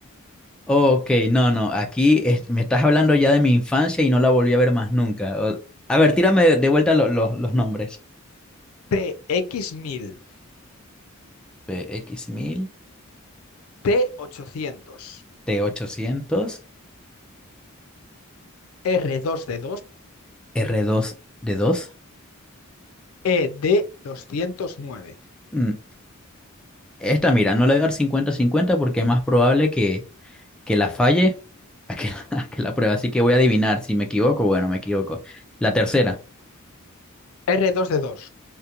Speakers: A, in the centre; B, on the left.
A: Ok, no, no, aquí es- me estás hablando ya de mi infancia y no la volví a ver más nunca. O- a ver, tírame de de vuelta lo- lo- los nombres.
B: t X mil
A: P X mil,
B: T ochocientos
A: t ochocientos,
B: r dos d
A: r dos d dos.
B: E 2 doscientos nueve
A: Mm, Esta, mira, no le voy a dar cincuenta cincuenta porque es más probable que, que la falle a que <laughs> la, a que la pruebe. Así que voy a adivinar. Si me equivoco, bueno, me equivoco. La tercera,
B: r dos d dos.